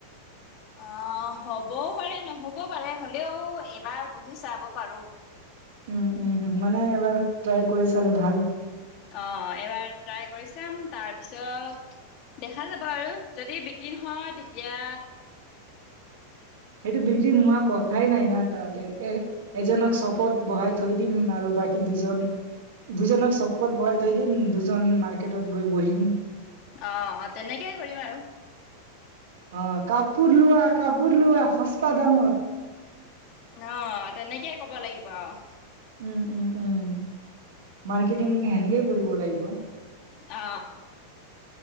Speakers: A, on the left; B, on the right.
A: অ হ'বও পাৰে নহ'ব পাৰে, হ'লেও এবাৰ বহি চাব পাৰো।
B: উম উম উম মানে এবাৰ ট্ৰাই কৰি চালে ভাল।
A: অ এবাৰ ট্ৰাই কৰি চাম তাৰপিছত দেখা যাব আৰু, যদি বিক্ৰী নহয় তেতিয়া
B: সেইটো বিক্ৰী নোহোৱা কথাই নাই না তাতে এ এ এজনক চপত বহাই থৈ দিম আৰু বাকী দুজন দুজনক চপত বহাই থৈ দিম, দুজন মাৰ্কেটত গৈ বহিম।
A: অ অ তেনেকেই কৰিম আৰু।
B: অ কাপোৰ লোৱা, কাপোৰ লোৱা সস্তা দামত।
A: অ তেনেকেই ক'ব লাগিব আৰু
B: উম উম উম মাৰ্কেটিং সেনেকেই কৰিব লাগিব
A: অ